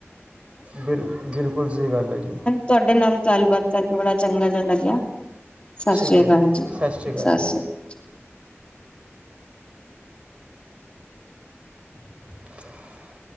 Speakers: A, on the right; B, on the left.
A: ਬਿਲ ਬਿਲਕੁਲ ਸਹੀ ਗੱਲ ਹੈ। ਜੀ
B: ਤੁਹਾਡੇ ਨਾਲ ਗੱਲਬਾਤ ਕਰਕੇ ਬੜਾ ਚੰਗਾ ਜਿਹਾ ਲੱਗਿਆ। ਸਤਿ
A: ਠੀਕ
B: ਸ੍ਰੀ
A: ਹੈ
B: ਅਕਾਲ ਜੀ
A: ਸ਼੍ਰੀ ਅਕਾਲ
B: ਸਤਿ
A: ਜੀ
B: ਸ੍ਰੀ ਅਕਾਲ।
A: <inaudible>